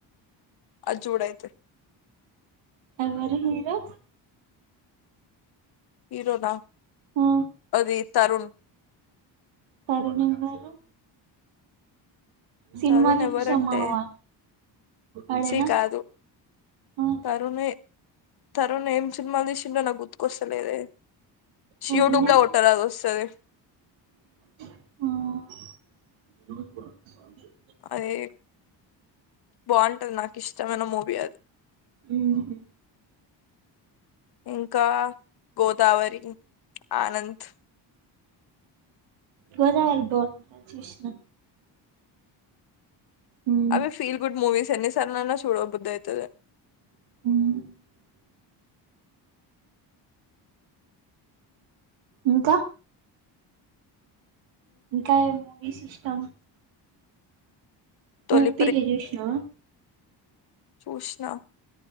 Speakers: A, on the left (about 55°); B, on the right (about 80°).
A: అది చుడయితే.
B: ఎవ్వరు హీరో?
A: హీరోనా
B: ఆ
A: అది తరుణ్.
B: తరుణ్ ఎవ్వరు. సినిమా
A: తరుణ్
B: చూపిస్తా
A: ఎవరంటే
B: మామ. ఆడేనా
A: ఛీ కాదు
B: ఆ
A: తరుణ్ తరుణ్ ఏం సినిమాలు తీసిండో నాకు గుర్తుకొస్తలేదే.
B: వాడేనా
A: యూట్యూబ్ లో కొట్టరాదు అది వస్తది.
B: ఆ
A: అది బావుంటది నాకు ఇష్టమైన మూవీ అది.
B: ఉహు
A: ఇంకా గోదావరి, ఆనంద్.
B: గోదావరి బావుంది చూశినా. ఉమ్
A: అవి ఫీల్ గుడ్ మూవీస్ ఎన్నిసార్లు అన్నా చూడబుద్ది అయితది.
B: హ్ ఇంకా ఇంకా ఏ మూవీస్ ఇష్టం.
A: తొలి
B: ఊపిరి చూశినవా?
A: చూశినా